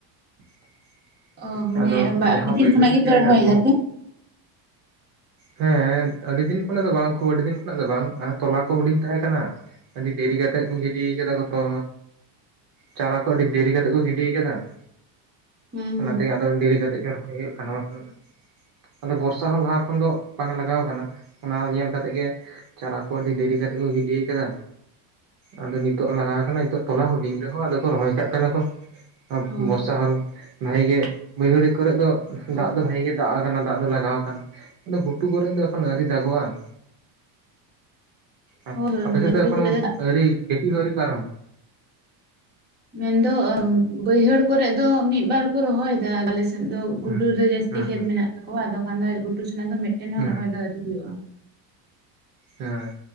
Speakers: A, on the right; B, on the right.
A: ᱾
B: ᱚ ᱢᱟᱱᱮ
A: ᱟᱫᱚ, ᱡᱟᱸᱦᱟ,
B: ᱟᱹᱰᱤ ᱫᱤᱱ
A: ᱵᱟᱹᱭᱦᱟᱹᱲ
B: ᱠᱷᱚᱱᱟᱜ ᱜᱮᱯᱮ
A: ᱡᱟᱭᱜᱟ
B: ᱨᱚᱦᱚᱭ
A: ᱠᱚ
B: ᱫᱟᱯᱮ
A: ᱦᱮᱸ, ᱟᱹᱰᱤ ᱫᱤᱱ ᱠᱷᱚᱱᱟᱜ ᱫᱚ ᱵᱟᱝ, ᱠᱷᱩᱵ ᱟᱹᱰᱤ ᱫᱤᱱ ᱠᱷᱚᱱᱟᱜ ᱫᱚ ᱵᱟᱝ, ᱟᱨ ᱛᱚᱞᱟ ᱠᱚ, ᱦᱩᱸᱰᱤᱧ ᱛᱟᱸᱦᱮ ᱠᱟᱱᱟ ᱾ ᱟᱹᱰᱤ, ᱫᱮᱨᱤ ᱠᱟᱛᱮᱜ ᱠᱚ ᱜᱤᱰᱤᱭ ᱠᱟᱫᱟ ᱜᱚ, ᱛᱚ, ᱪᱟᱨᱟ ᱠᱚ, ᱟᱹᱰᱤ ᱫᱮᱨᱤ ᱠᱟᱛᱮᱜ ᱠᱚ, ᱜᱤᱰᱤᱭ ᱠᱟᱫᱟ ᱾
B: ᱦᱩᱸ
A: ᱚᱱᱟ ᱛᱮᱜᱮ, ᱟᱫᱚ ᱫᱮᱨᱤ ᱠᱟᱛᱮᱜ ᱜᱮ, ᱨᱚᱦᱚᱭ ᱦᱩᱭᱩᱜ ᱠᱟᱱᱟ, ᱵᱟᱸᱠᱷᱟᱱ ᱟᱫᱚ, ᱵᱚᱨᱥᱟ ᱦᱚᱸ ᱞᱟᱦᱟ ᱠᱷᱚᱱ ᱫᱚ, ᱵᱟᱝ ᱞᱟᱜᱟᱣ ᱠᱟᱱᱟ, ᱚᱱᱟ ᱧᱮᱞ ᱠᱟᱛᱮᱜ ᱜᱮ ᱪᱟᱨᱟ ᱠᱚ ᱟᱹᱰᱤ ᱫᱮᱨᱤ ᱠᱟᱛᱮᱜ ᱠᱚ ᱜᱤᱰᱤᱭ ᱠᱟᱫᱟ, ᱟᱫᱚ ᱱᱤᱛᱚᱜ ᱞᱟᱜᱟᱣ ᱠᱟᱱᱟ, ᱱᱤᱛᱚᱜᱼᱼ ᱛᱚᱞᱟ ᱦᱩᱰᱤᱧ ᱨᱮᱦᱚᱸ, ᱟᱫᱚ ᱠᱚ ᱨᱚᱦᱚᱭ ᱠᱟᱜ ᱠᱟᱱᱟ ᱠᱚ, ᱟᱫᱚ
B: ᱦᱩᱸ ᱦᱳᱭ
A: ᱵᱚᱨᱥᱟ ᱦᱚᱞᱼᱼ ᱵᱷᱟᱜᱮ ᱜᱮ, ᱵᱟᱹᱭᱦᱟᱹᱲ ᱠᱚᱨᱮ ᱫᱚ,
B: ᱦᱳᱭ
A: ᱫᱟᱜ ᱫᱚ, ᱵᱷᱟᱜᱮ ᱼᱼ ᱫᱟᱜ ᱟᱠᱟᱱᱟ, ᱫᱟᱜ ᱫᱚ ᱞᱟᱜᱟᱣ ᱠᱟᱱᱟ, ᱟᱫᱚ ᱜᱷᱩᱴᱩ ᱠᱚᱨᱮ ᱫᱚ, ᱮᱠᱷᱚᱱ ᱟᱣᱨᱤ ᱫᱟᱜᱚᱜ-ᱟ ᱾ ᱟ,
B: ᱦᱳᱭ ᱦᱳᱭ
A: ᱟᱯᱮ
B: ᱢᱟᱱᱮ
A: ᱥᱮᱫ
B: ᱜᱷᱩᱴᱩ
A: ᱫᱚ ᱮᱠᱷᱚᱱᱚ,
B: ᱠᱚᱨᱮ
A: ᱟᱣᱨᱤ, ᱠᱟᱹᱴᱤᱡ ᱦᱚᱸ ᱟᱣᱨᱤ ᱯᱮ ᱟᱨᱟᱢᱵᱷᱚᱭᱟ
B: ᱢᱮᱱ ᱫᱚ, ᱟᱸ, ᱵᱟᱹᱭᱦᱟᱹᱲ ᱠᱚᱨᱮᱜ ᱫᱚ ᱢᱤᱫ ᱵᱟᱨ ᱠᱚ ᱨᱚᱦᱚᱭ ᱫᱟ, ᱟᱞᱮ ᱥᱮᱫ᱾ <unintelligible>
A: ᱦᱮᱸ
B: ᱜᱷᱩᱴᱩ ᱨᱮ ᱡᱟᱹᱥᱛᱤ
A: ᱦᱮᱸ
B: ᱠᱷᱮᱛ ᱢᱮᱱᱟᱜ ᱛᱟᱠᱚᱣᱟ, ᱟᱫᱚ ᱠᱷᱟᱱ ᱫᱚ, ᱜᱷᱩᱴᱩ ᱥᱮᱱᱟᱜ ᱫᱚ ᱢᱮᱜᱴᱮᱱ ᱦᱚᱸ
A: ᱦᱮᱸ
B: ᱨᱚᱦᱚᱭ ᱫᱚ ᱟᱣᱨᱤ ᱦᱩᱭᱩᱜ-ᱟ ᱾
A: ᱦᱮᱸ,